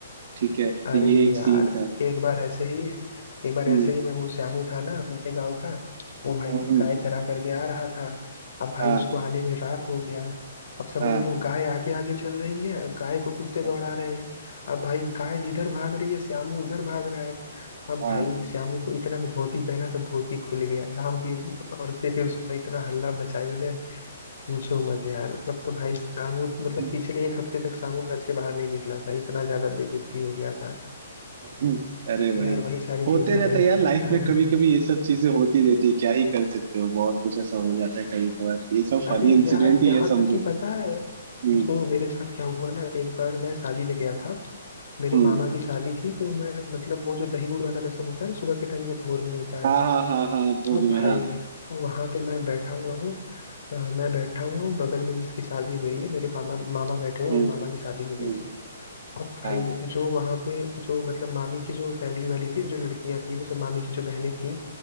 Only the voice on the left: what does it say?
अरे
यार
एक बार ऐसे ही एक बार
ऐसे ही मैं वो श्यामू था ना अपने गांव का वो भाई
गाय चरा करके आ रहा था अब भाई
उसको आने में रात हो गया अब समझ
लो गाय आगे आगे चल रही है और गाय को कुत्ते
दौड़ा रहे हैं अब भाई गाय जिधर भाग रही है श्यामू उधर भाग रहा है अब
भाई श्यामू को इतना में धोती पहना तो धोती खुल गया गांव की औरतें फिर उसका इतना हल्ला मचाई ना पूछो मत यार अब तो भाई श्यामू मतलब
पिछले
एक हफ्ते तक श्यामू घर से बाहर नहीं निकला था इतना ज्यादा बेइज्जती हो गया था
तो
यार वही सारी चीजें
हैं
हाँ,
अरे
यार यहाँ
तक कि पता है
सुनो मेरे साथ क्या हुआ ना एक बार मैं शादी में गया था मेरे
मामा की शादी थी तो मैं मतलब वो जो दही गुड़ वाला रसम होता है ना सुबह के टाइम जो भोर में होता
है
अब
भाई
वहां पे मैं बैठा हुआ हूँ अ, मैं बैठा हुआ हूँ बगल में जिसकी शादी हुई है मेरे मामा मामा बैठे हुए
मेरे मामा की शादी हो रही
थी अब भाई
जो वहाँ पे जो मतलब मामी की जो फैमिली वाली थी जो लड़कियां थी वो सब मामी की जो बहनें थी